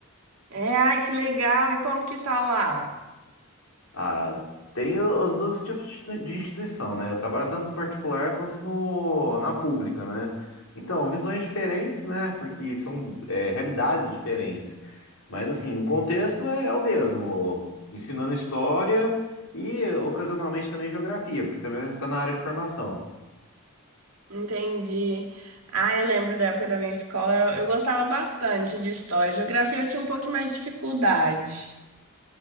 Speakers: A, on the right; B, on the left.
A: É, ai, que legal! E como que tá lá?
B: Ah, tem o- os dois tipos de institui- de instituição, né? Eu trabalho tanto no particular quanto no, na pública, né? Então, visões diferentes, né? Porque são, é, realidades diferentes. Mas, assim, o contexto é, é o mesmo, ensinando história e, ocasionalmente, também geografia, porque também está na área de formação.
A: Entendi. Ah, eu lembro da época da minha escola, eu eu gostava bastante de história. Geografia eu tinha um pouquinho mais de dificuldade,